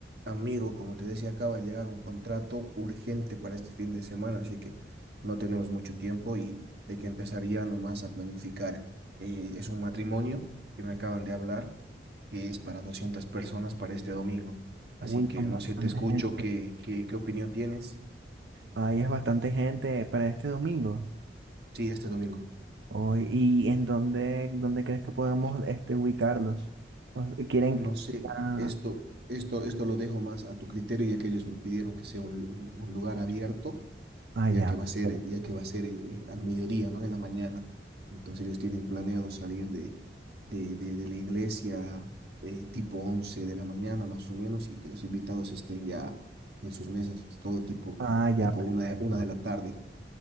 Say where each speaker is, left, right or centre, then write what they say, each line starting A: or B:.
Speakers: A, on the right; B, on the right.
A: Amigo, como te decía, acaba de llegar un contrato urgente para este fin de semana, así que no tenemos mucho tiempo y hay que empezar ya nomás a planificar. Eh, es un matrimonio que me acaban de hablar, que es para 200 personas para este domingo. Así
B: Uy,
A: que
B: con
A: no
B: bastante
A: sé, te escucho,
B: gente.
A: ¿qué, qué, qué opinión tienes?
B: Ahí es bastante gente para este domingo.
A: Sí, este domingo.
B: Hoy, ¿y en dónde, dónde crees que podemos este, ubicarlos? O sea, ¿Quieren?
A: No
B: que-
A: sé,
B: Ah,
A: esto, esto, esto lo dejo más a tu criterio, ya que ellos me pidieron que sea un un- un lugar abierto
B: ah,
A: ya
B: ya,
A: que va
B: perfecto.
A: a ser, ya que va a ser eh, al mediodía, ¿no? En la mañana. Entonces ellos tienen planeado salir de, de, de, de la iglesia eh, tipo 11 de la mañana más o menos y que los invitados estén ya en sus mesas todo tipo,
B: Ah, ya,
A: tipo
B: perfecto.
A: una, una de la tarde.